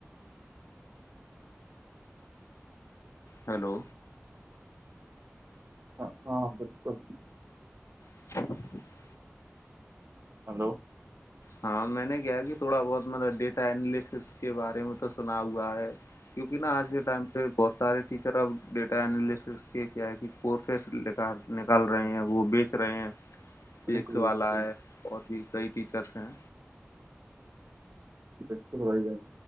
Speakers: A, on the left (about 85°); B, on the right (about 50°).
A: ہیلو
B: ہاں ہاں بالکل بکل
A: <unintelligible>
B: ہلو
A: ہاں میں نے کیا کہ تھوڑا بہت مطلب ڈیٹا انالسس کے بارے میں تو سنا ہوا ہے کیونکہ نا آج کے ٹائم سے بہت سارے ٹیچر اب ڈیٹا االسس کے کیا کہ کورسز لے کر کال رہے ہیں وہ بیچ رہے ہیں
B: <unintelligible>
A: فزکس والا
B: بالکل
A: ہے اور بھی کئی ٹیچرس ہیں
B: بالکل وہ جا